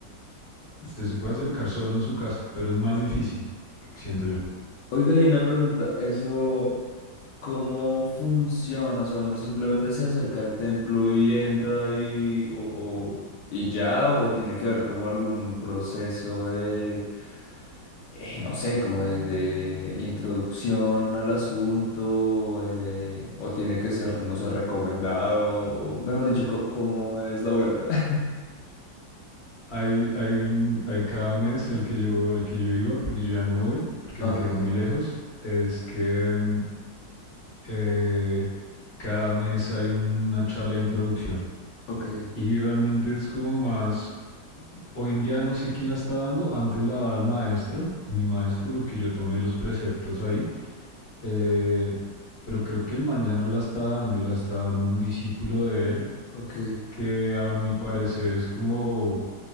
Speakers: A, on the left; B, on the left.
A: usted se puede acercar solo en su casa, pero es más difícil, siento yo.
B: Oiga, y una pregunta, eso. ¿Cómo funciona? O sea, uno simplemente se acerca al templo y entra y, o, o- y ya, o tiene que haber como algún proceso de, eh, no sé, como de, de introducción al asunto, eh, o tiene que ser, no sé, recomendado, o mejor dicho, co- ¿cómo es la vuelta? <laughs>
A: Hay, hay un, hay cada mes al que yo, el que yo iba, porque yo ya no voy, porque
B: Ok,
A: me queda muy lejos, es que mm, eh, cada mes hay una charla de introducción.
B: ok,
A: Y realmente es como más, hoy en día no sé quién la está dando, antes la daba el maestro, mi maestro, porque yo tomé los preceptos ahí, eh, pero creo que el man ya no la está dando y la está dando un discípulo de él,
B: ok.
A: que a mi parecer es como